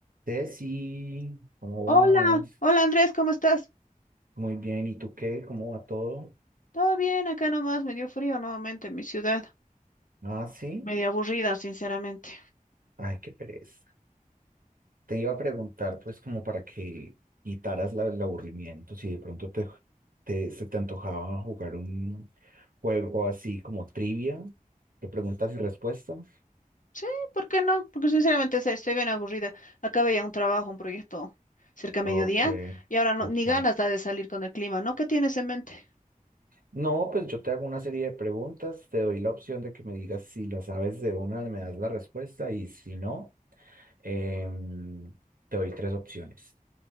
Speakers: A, on the right; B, on the left.
A: Ceci, ¿cómo
B: Hola,
A: vas?
B: hola Andrés, ¿cómo estás?
A: Muy bien, ¿y tú qué? ¿Cómo va todo?
B: Todo bien, acá nomás me dio frío nuevamente en mi ciudad.
A: Ah, sí.
B: Medio aburrida, sinceramente.
A: Ay, qué pereza. Te iba a preguntar, pues, como para que quitaras la- el aburrimiento, si de pronto te, te- se te antojaba jugar un juego así como trivia, de preguntas y respuestas.
B: Sí, ¿por qué no? Porque sinceramente sí, estoy bien aburrida. Acabé ya un trabajo, un proyecto cerca a
A: Ok,
B: mediodía y ahora no,
A: ok.
B: ni ganas da de salir con el clima, ¿no? ¿Qué tienes en mente?
A: No, pues yo te hago una serie de preguntas, te doy la opción de que me digas si la sabes de una, me das la respuesta y si no, em, te doy tres opciones.